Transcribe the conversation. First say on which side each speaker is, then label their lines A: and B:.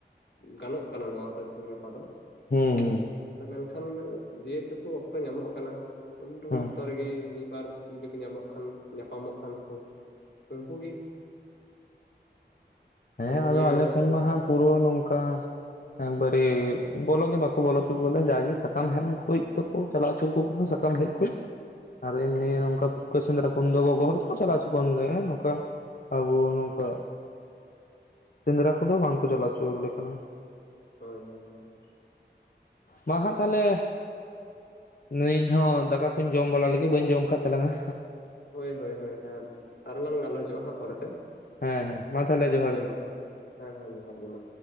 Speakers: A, on the left; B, on the left.
A: ᱜᱟᱱᱚᱜ ᱠᱟᱱᱟ ᱱᱚᱣᱟ ᱫᱚ ᱛᱮᱤᱦᱤᱧ ᱜᱟᱯᱟ ᱫᱚ
B: ᱦᱮᱸ ᱦᱩᱸ
A: ᱢᱮᱱᱠᱷᱟᱱ ᱡᱮᱴᱩᱠᱩ ᱚᱠᱛᱚ ᱧᱟᱢᱚᱜ ᱠᱟᱱᱟ ᱩᱱᱫᱟ
B: ᱦᱩᱸ
A: ᱚᱠᱛᱚ ᱨᱮᱜᱮ ᱢᱤᱫᱵᱟᱨ ᱡᱩᱫᱤ ᱠᱚ ᱧᱟᱢᱚᱜ ᱠᱷᱟᱱ ᱧᱟᱯᱟᱢᱚᱜ ᱠᱷᱟᱱ ᱠᱚ ᱩᱱᱠᱩ ᱜᱤ
B: ᱦᱮᱸ
A: ᱱᱤᱭᱟᱹ
B: ᱟᱫᱚ ᱟᱞᱮ ᱥᱮᱱ ᱢᱟ ᱦᱟᱸᱜ ᱯᱩᱨᱟᱹ ᱱᱚᱝᱠᱟ ᱮᱠᱵᱟᱨᱤ ᱵᱚᱞᱚᱜ ᱜᱮ ᱵᱟᱠᱚ ᱵᱚᱞᱚ ᱦᱚᱪᱚ ᱠᱚᱭᱟ ᱡᱟᱜᱮ ᱥᱟᱠᱟᱢ ᱦᱮᱱ ᱠᱚᱡ ᱛᱮᱠᱚ ᱪᱟᱞᱟᱣ ᱪᱩᱠᱩ ᱠᱟᱱᱟ ᱥᱟᱠᱟᱢ ᱦᱮᱡ ᱟᱨ ᱮᱢᱱᱤ ᱱᱚᱝᱠᱟ ᱯᱷᱩᱴᱠᱟᱹ ᱥᱮᱸᱫᱽᱨᱟ ᱠᱚ ᱫᱚ ᱜᱚᱜᱚ ᱦᱚᱲ ᱫᱚᱠᱚ ᱪᱟᱞᱟᱣᱪᱚ ᱠᱟᱱ ᱜᱮᱭᱟ ᱱᱚᱝᱠᱟ ᱟᱵᱚ ᱱᱚᱝᱠᱟ ᱥᱮᱸᱫᱽᱨᱟ ᱠᱚᱫᱚ ᱵᱟᱝᱠᱚ ᱪᱟᱞᱟᱣ ᱪᱩᱞᱮ ᱠᱟᱱᱟ
A: ᱦᱳᱭ ᱦᱳᱭ ᱦᱳᱭ
B: ᱢᱟ ᱦᱟᱸᱜ ᱛᱟᱦᱚᱞᱮ ᱤᱧ ᱦᱚᱸ ᱫᱟᱠᱟ ᱠᱩᱧ ᱡᱚᱢ ᱵᱟᱲᱟ ᱞᱮᱜᱮ ᱵᱟᱹᱧ ᱡᱚᱢ ᱠᱟᱫ ᱛᱟᱞᱟᱝᱼᱟ
A: ᱦᱳᱭ ᱦᱳᱭ ᱦᱮᱸ ᱟᱨᱦᱚ ᱞᱟᱝ ᱜᱟᱞᱚᱪᱚᱜᱼᱟ ᱦᱜ ᱯᱚᱨᱮᱛᱮ
B: ᱦᱮᱸ ᱦᱮᱸ ᱢᱟ ᱛᱟᱦᱚᱞᱮ ᱡᱚᱦᱟᱨ
A: ᱦᱳᱭ
B: ᱜᱮ
A: ᱢᱟ ᱦᱮᱸ ᱦᱮᱸ ᱡᱚᱦᱟᱨ ᱜᱤ ᱢᱟ